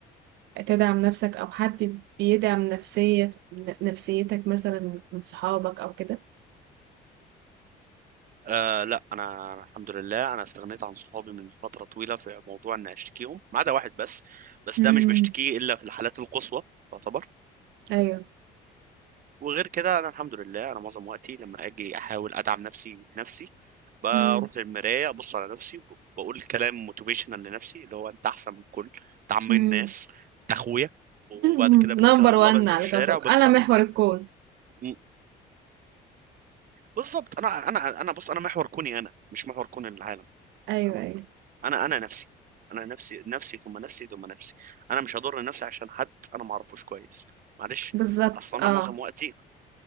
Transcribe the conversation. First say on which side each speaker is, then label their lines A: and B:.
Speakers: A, on the right; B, on the right.
A: تدعم نفسك او حد بيدعم نفسيه نفسيتك مثلا من صحابك او كده
B: آه لا انا أنا الحمد لله انا استغنيت عن صحابي من فتره طويله في موضوع ان اشتكيهم ما عدا واحد بس بس
A: امم
B: ده مش بشتكيه الا في الحالات القصوى تعتبر
A: ايوه
B: وغير كده انا الحمد لله انا معظم وقتي لما اجي احاول ادعم نفسي بنفسي بروح
A: امم
B: للمرايه ابص على نفسي ب- بقول كلام موتيفيشنال لنفسي اللي هو انت احسن من الكل انت عم
A: امم
B: الناس انت اخويا وبعد
A: <laughs>
B: كده بتكل
A: نمبر
B: على الله
A: وان
B: بنزل
A: على
B: الشارع
A: كوكب
B: وبدوس
A: انا
B: على
A: محور
B: الناس
A: الكون
B: م- بالظبط انا انا انا بص انا محور كوني انا مش محور كون العالم
A: ايوه
B: فاهمة؟
A: ايوه
B: انا انا نفسي انا نفسي نفسي ثم نفسي ثم نفسي انا مش هضر نفسي عشان حد انا ما اعرفوش كويس معلش
A: بالظبط
B: اصلا
A: اه
B: انا معظم وقتي